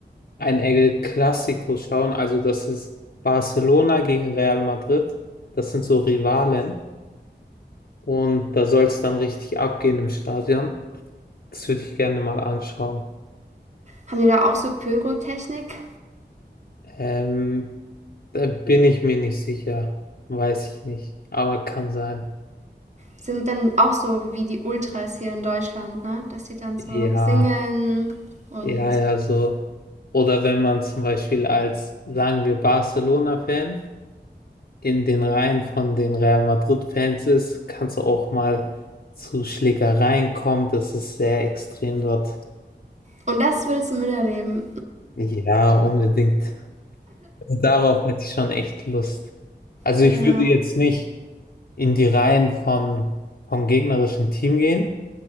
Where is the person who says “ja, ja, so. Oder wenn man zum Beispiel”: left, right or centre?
Left